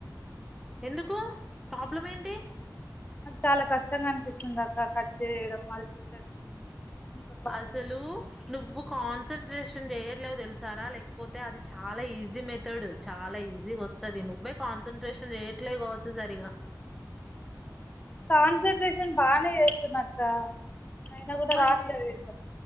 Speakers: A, in the centre; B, on the left (about 25°).
A: ఎందుకు ప్రాబ్లం ఏంటి
B: నాకు చాలా కష్టంగా అనిపిస్తుంది అక్క కట్ చేయడం అది కుట్టడం అంత బాగా
A: అసలు నువ్వు కాన్సంట్రేష్ నేన్ చేయట్లేదు తెలుసారా లేకపోతే అది చాలా ఈజీ మెథడ్ చాలా ఈజీ వస్తది నువ్వే కాన్ కాన్సన్ట్రేషన్ చెయట్లే కావచ్చు సరిగా
B: కాన్సన్ట్రేషన్ బానే చేస్తున్నాక్క అయినా కూడా
A: మరి
B: రాట్లేదు